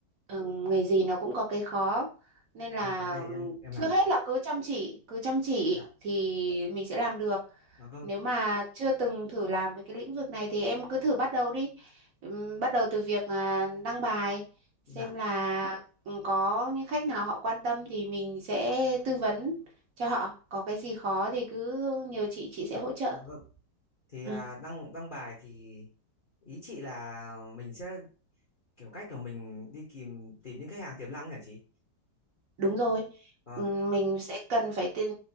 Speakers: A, on the right; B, on the left.
A: Ừ, nghề gì nó cũng có cái khó nên là
B: vâng cái này
A: ừ,
B: thì em em
A: trước
B: làm được.
A: hết là cứ chăm chỉ cứ chăm chỉ
B: Dạ,
A: thì mình sẽ làm được
B: à, vâng,
A: nếu mà chưa từng thử làm về cái lĩnh vực này thì em cứ thử bắt đầu đi Ừm, bắt đầu từ việc à, đăng bài xem
B: dạ,
A: là ừ, có những khách nào họ quan tâm thì mình sẽ tư vấn cho họ có cái gì khó thì cứ nhờ chị chị sẽ
B: dạ,
A: hỗ trợ
B: dạ vâng. Thì
A: ừ.
B: à, đăng đăng bài thì ý chị là mình sẽ kiểu cách của mình đi tìm tìm những khách hàng tiềm năng hả chị
A: Đúng rồi,
B: vâng
A: Ừm, mình
B: thế-
A: sẽ cần phải tiên,